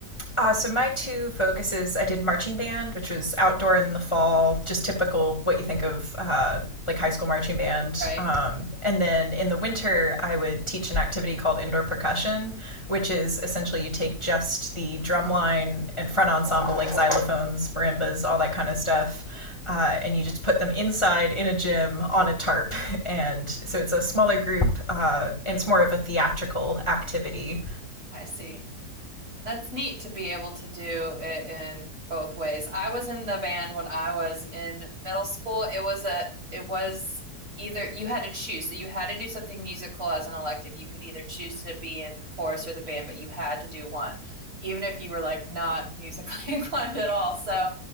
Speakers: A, on the left; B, on the right.
A: Uh, so my two focuses, I did marching band, which was outdoor in the fall, just typical what you think of uh, like high school marching band.
B: Right.
A: Um, and then in the winter, I would teach an activity called indoor percussion, which is essentially you take just the drum line and front ensemble, like xylophones, marimbas, all that kind of stuff, uh, and you just put them inside in a gym on a tarp. <laughs> And so it's a smaller group, uh, and it's more of a theatrical activity.
B: I see. That's neat to be able to do it in both ways. I was in the band when I was in middle school. It was a it was either you had to choose. So you had to do something musical as an elective. You could either choose to be in chorus or the band, but you had to do one, even if you were like not <laughs> musically inclined at all. So,